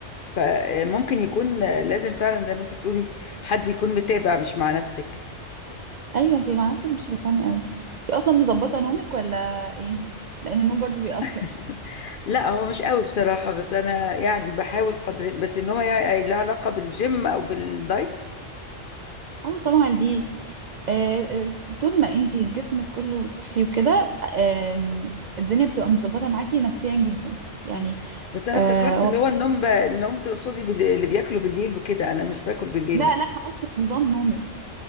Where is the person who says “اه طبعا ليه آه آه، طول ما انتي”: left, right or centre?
Right